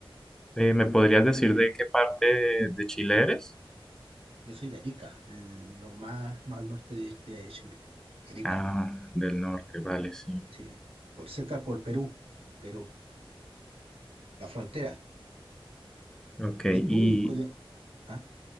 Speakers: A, in the centre; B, on the right.
A: eh, ¿me podrías decir de qué parte de, de Chile eres?
B: Yo soy de Arica, el- lo más no, al norte de, de Chile. Arica,
A: Ah, del norte, vale, sí.
B: sí. Por cerca por Perú, Perú. la frontera.
A: Ok,
B: Y tú,
A: y
B: y co- de- ah,